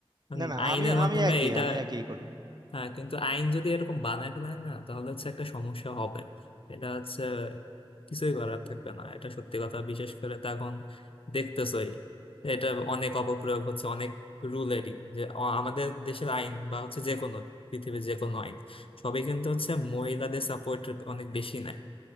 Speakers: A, on the left; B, on the right.
A: কারণ
B: না না
A: আইনের
B: আমি
A: মাধ্যমে
B: আমি অ্যাগ্রি
A: এটা
B: আমি অ্যাগ্রি করি
A: হ্যাঁ কিন্তু আইন যদি এরকম বানায় ফেলায় না তাহলে হচ্ছে একটা সমস্যা হবে এটা হচ্ছে কিছুই করার থাকবে না এটা সত্যি কথা বিশেষ করে তো এখন দেখতেছই এটা অনেক অপপ্রয়োগ হচ্ছে অনেক রুলেরই যে অ- আমাদের দেশের আইন বা হচ্ছে যে কোনো পৃথিবীর যে কোনো আইন সবই কিন্তু হচ্ছে মহিলাদের সাপোর্ট অনেক বেশি নেয়